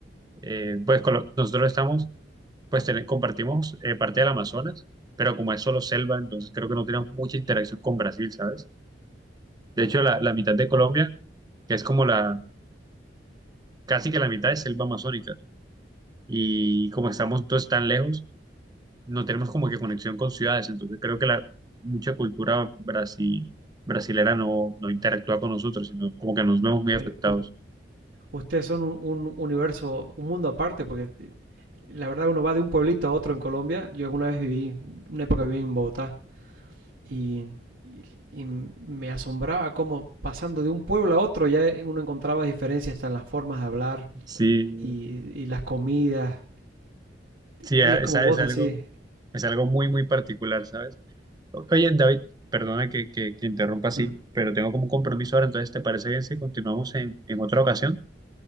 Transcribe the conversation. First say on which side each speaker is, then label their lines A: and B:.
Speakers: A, on the right (about 20°); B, on the right (about 80°).
A: eh, pues con lo- nosotros estamos, pues tene- compartimos eh, parte del Amazonas, pero como es solo selva, entonces creo que no tenemos mucha interacción con Brasil, ¿sabes? De hecho, la, la mitad de Colombia, que es como la, casi que la mitad es selva amazónica, y como estamos todos tan lejos, no tenemos como que conexión con ciudades, entonces creo que la mucha cultura brasi- brasilera no, no interactúa con nosotros, sino como que nos vemos muy
B: pero
A: afectados.
B: u- ustedes son un, un universo, un mundo aparte, porque La verdad, uno va de un pueblito a otro en Colombia. Yo alguna vez viví, una época viví en Bogotá y, y- y me asombraba cómo pasando de un pueblo a otro ya uno encontraba diferencias hasta en las formas de hablar
A: Sí,
B: y, y las comidas.
A: Sí,
B: Y
A: a-
B: es
A: esa-
B: como vos
A: es, algo,
B: decís.
A: es algo muy, muy particular, ¿sabes? O- Oye, David, perdona que, que, que interrumpa así,
B: Mm.
A: pero tengo como un compromiso ahora, entonces, ¿te parece bien si continuamos en, en otra ocasión?